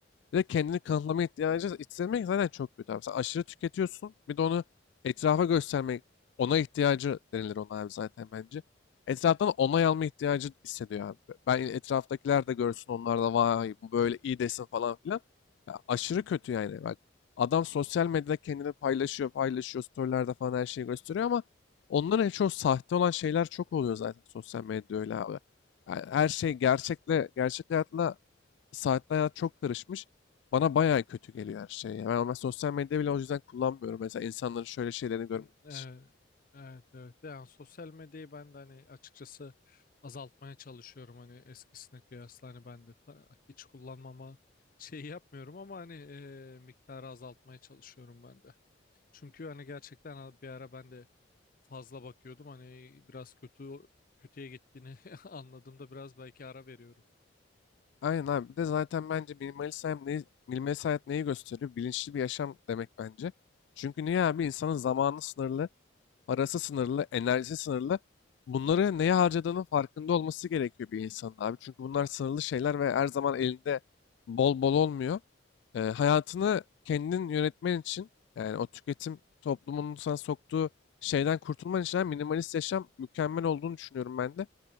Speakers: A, on the left; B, on the left.
A: Bir de kendini kanıtlama ihtiyacı hissetmek zaten çok kötü abi. Sen aşırı tüketiyorsun. Bir de onu etrafa göstermek, ona ihtiyacı denilir ona abi zaten bence. Etraftan onay alma ihtiyacı hissediyor abi. Ben etraftakiler de görsün onlar da vay bu böyle iyi desin falan filan. Ya aşırı kötü yani bak. Adam sosyal medyada kendini paylaşıyor, paylaşıyor, storylerde falan her şeyi gösteriyor ama onların en çok sahte olan şeyler çok oluyor zaten sosyal medyada öyle abi. Yani her şey gerçekle, gerçek hayatla Saatli hayat çok karışmış. Bana bayağı kötü geliyor her şey. ya. Ben ama sosyal medya bile o yüzden kullanmıyorum. Mesela insanların şöyle şeylerini görmek
B: Hmm, e,
A: için.
B: Evet, evet yani sosyal medyayı ben de hani açıkçası azaltmaya çalışıyorum hani eskisine kıyasla hani ben de ta- hiç kullanmama şey yapmıyorum ama hani e, miktarı azaltmaya çalışıyorum ben de. Çünkü hani gerçekten bir ara ben de fazla bakıyordum. Hani biraz kötü kötüye gittiğini <laughs> anladığımda biraz belki ara veriyorum.
A: Aynen abi. Bir de zaten bence minimalist hayat, neyi, minimalist hayat neyi gösteriyor? Bilinçli bir yaşam demek bence. Çünkü niye abi? İnsanın zamanı sınırlı. parası sınırlı, enerjisi sınırlı. Bunları neye harcadığının farkında olması gerekiyor bir insanın abi. Çünkü bunlar sınırlı şeyler ve her zaman elinde bol bol olmuyor. Ee, hayatını kendin yönetmen için yani o tüketim toplumunun sana soktuğu şeyden kurtulman için abi minimalist yaşam mükemmel olduğunu düşünüyorum ben de.